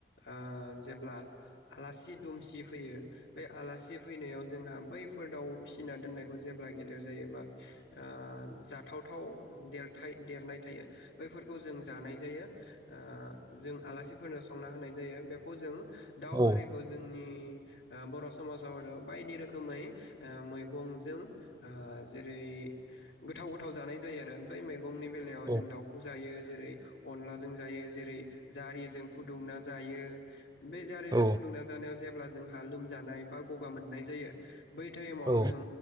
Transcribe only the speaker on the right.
औ
औ
औ
औ